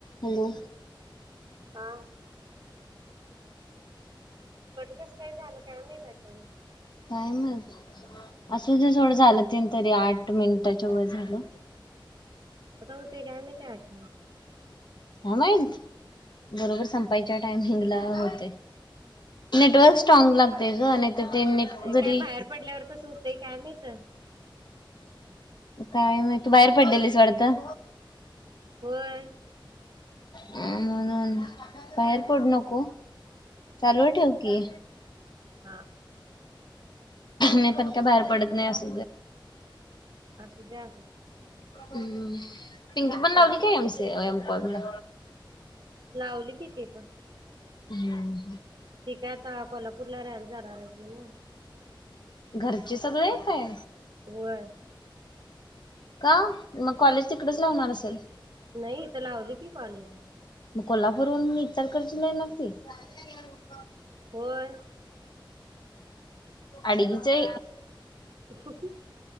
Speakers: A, on the left; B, on the right.
A: Hello
B: हा cut कस काय झालं काय मी त्याच्यानं
A: कायमच असं ज सथोडं झालं तन तरी आठ मिनिटाच्या वर झालं.
B: ता हो ते का म त्याच.
A: नाही माहित बरोबर संपायच्या टायमिंग ला होते. नेटवर्क स्ट्रॉग लागतय ग नाही तर ते नेट.
B: काय
A: जरी
B: बाहेर पडल्यावर तस होतंय काय नाहीत.
A: काय नाही तू बाहेर पडलेलीस वाडतं.
B: होय
A: अ म्हणून बाहेर पडू नको चालूव ठेव की
B: हा
A: मी पण का बाहेर पडत नाही अस
B: असु द्या अस
A: पिंकी पण लावली
B: मग
A: कायमम कला
B: लावली किती प
A: हम्
B: ठीक आहे आता कोल्हापूरला राहायला जाणार आहे मला
A: घरचे सगळे काय
B: हो आहे
A: का मग कॉलेज तिकडेच लावणार असेल
B: नाही तर लावली की कॉलेज
A: मग कोल्हापूरहून विचार करते नाही नाती <unintelligible>
B: होय
A: अडिकचे
B: ह